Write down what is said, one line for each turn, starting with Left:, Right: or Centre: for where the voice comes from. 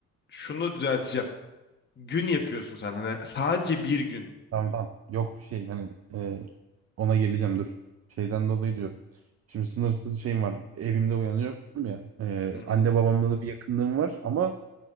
Left: Şunu düzelteceğim. Gün yapıyorsun sen. Hani sadece bir gün.
Right: tamam tamam yok şey hani eee, ona geleceğim dur şeyden dolayı diyorum. Şimdi sınırsız şeyim var evimde uyanıyorum ya Eee,
Left: Hı hı.
Right: anne babamla da bir yakınlığım var ama